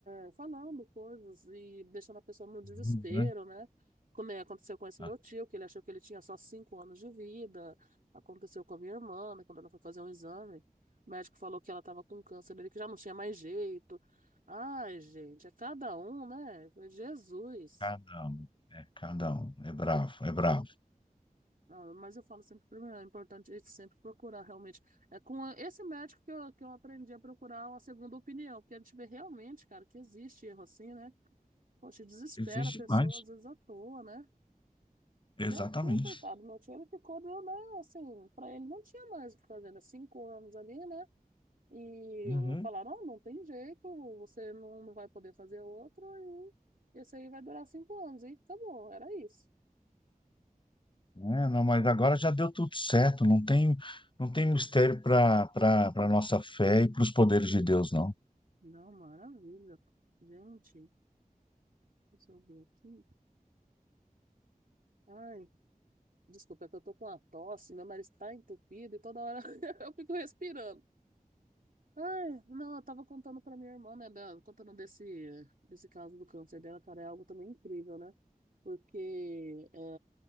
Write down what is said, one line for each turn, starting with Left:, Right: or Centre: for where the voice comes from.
Right: eh, falando coisas e deixando a pessoa no desespero,
Left: Uhum, Né?
Right: né? Como é, aconteceu com esse meu
Left: Ah,
Right: tio, que ele achou que ele tinha só cinco anos de vida. Aconteceu com a minha irmã, né, quando ela foi fazer um exame, o médico falou que ela estava com câncer dele, que já não tinha mais jeito. Ai, gente, é cada um, né? Eu falei, Jesus.
Left: Cada um, é cada um, é bravo, é bravo.
Right: Ah, Mas eu falo sempre primeiro, é importante a gente sempre procurar realmente. É com a- esse médico que eu, que eu aprendi a procurar a segunda opinião, porque a gente vê realmente, cara, que existe erro assim, né? Poxa, desespera
Left: Existe
Right: a pessoa,
Left: mais.
Right: às vezes à toa, né? Meu
Left: Exatamente.
Right: tio, coitado, meu tio, ele ficou, deu, né? Assim, pra ele não tinha mais o que fazer, né? Cinco anos ali, né? E
Left: Uhum.
Right: eu- falaram, ó, não tem jeito, você não, não vai poder fazer outro, e esse aí vai durar cinco anos, e acabou, era isso.
Left: É, não, mas agora já deu tudo certo, não tem, não tem mistério para para para nossa fé e para os poderes de Deus, não.
Right: Não, maravilha. Gente, deixa eu ver aqui. Ai, desculpa, é que eu tô com uma tosse, meu nariz tá entupido e toda hora <laughs> eu fico respirando. Ai, não, eu tava contando pra minha irmã, né, da, contando desse, desse caso do câncer dela, cara, é algo também incrível, né? Porque é,